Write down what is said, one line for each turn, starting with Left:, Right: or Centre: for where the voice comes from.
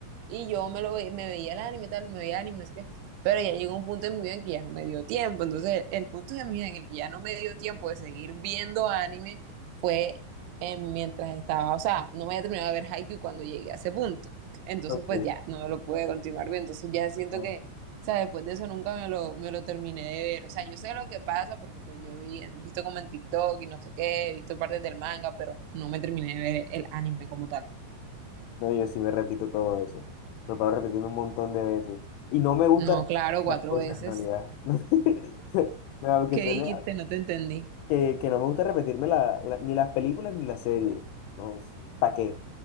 Right: Y yo me lo ve- me veía el anime, tal, me veía el anime, no sé qué. Pero ya llegó un punto en mi vida en que ya no me dio tiempo. Entonces, el punto de mi vida en el que ya no me dio tiempo de seguir viendo anime fue en, mientras estaba, o sea, no me había terminado de ver Haikyuu cuando llegué a ese punto. Entonces,
Left: Ok,
Right: pues ya, no lo pude continuar viendo. Entonces, ya siento
Left: No,
Right: que, o sea, después de eso nunca me lo, me lo terminé de ver. O sea, yo sé lo que pasa porque pues yo vi, he visto como en TikTok y no sé qué, he visto partes del manga, pero no me terminé de ver el anime como tal.
Left: no, yo sí me repito todo eso. Lo paro repitiendo un montón de veces. Y no me gusta
Right: No, claro,
Left: las
Right: cuatro
Left: cosas
Right: veces.
Left: en realidad. <laughs> No, Aunque
Right: ¿Qué
Left: suene
Right: dijiste? No te entendí.
Left: que, que no me gusta repetirme la, la- ni las películas ni las series. No, ¿para qué?